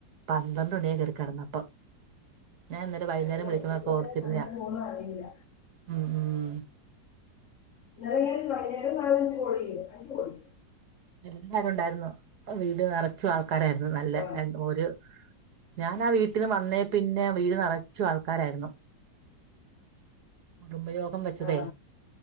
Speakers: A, on the right; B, on the left.
A: പന്ത്രണ്ട് മണിയൊക്കെ കേറി കിടന്നപ്പം ഞാൻ ഇന്നേരം വൈകുന്നേരം
B: രാവിലെ
A: വിളിക്കുന്നപ്പോ
B: പിന്നെ
A: ഓർത്തിരുന്ന
B: സമയം പോകുന്ന അറിയില്ല
A: ഉം ഉം
B: ഇന്നലെ വൈന്നേരം നാലഞ്ച കോള് ചെയ്ത് അഞ്ച് കോൾ ചെയ്ത്
A: വിരുന്നുകാര് ഉണ്ടായിരുന്നുവീട് നിറച്ച ആൾക്ക കരയാർന്നു നല്ല
B: ആ
A: ഞാൻ ഓര് ഞാൻ ആ വീട്ടീന്ന് വന്നേ പിന്നെ വീട് നിറച്ചു ആൾക്കാരായിരുന്നു കുടുംബയോഗം വെച്ചതേ
B: ആ